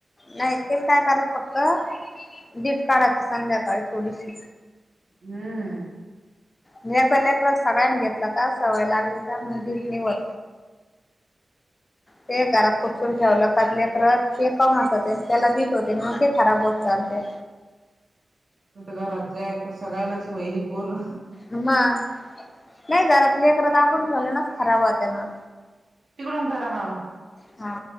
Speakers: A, on the left; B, on the right.
A: नाय पण काय कराच फक्त दीट काढाची संध्याकाळी थोडीशी
B: हम्म
A: म एकदा लेकरा सगळ्यांनी घेतला का सवय लागली का म दीट होत. ते घरात कुपसून ठेवलं कां लेकर ते कम होते त्याला दिट होते मंग ते खराब होत चालते.
B: आता घरात काय सगळ्यालाच वयली पोर
A: म नाही घरात लेकरं दाबून ठेवले नाच खराब होत्या मग
B: तिकडून करा माला
A: हा